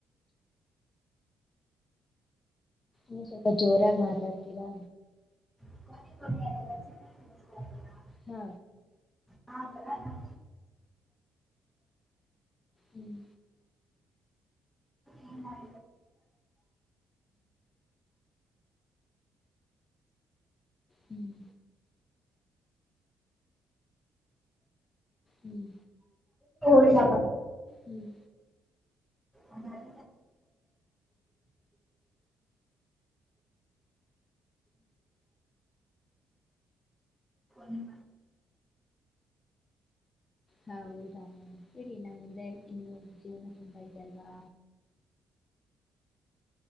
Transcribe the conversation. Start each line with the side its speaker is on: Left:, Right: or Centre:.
Left: ನೀ ಸ್ವಲ್ಪ ಜೋರಾಗಿ ಮಾತಾಡ್ತೀರಾ
Centre: ಕ ಕೊ ಚ
Left: ಹ್ಮ
Centre: ಹಾ ನಾ
Left: ಹ್ಮ್
Centre: ಏ ಮಾಡ
Left: ಹ್ಮ್ ಹ್ಮ್
Centre: ಳಿ ಜ
Left: ಹ್ಮ್
Centre: ಅ ಯ ಒ <inaudible> ನಿ ಯ
Left: ಹೌದಾ ಇಡಿ ನಮ್ಮ ಮುಂದೆ ಇನ್ನು ಜೀವನ ತುಂಬಾ ಎಲ್ಲಾ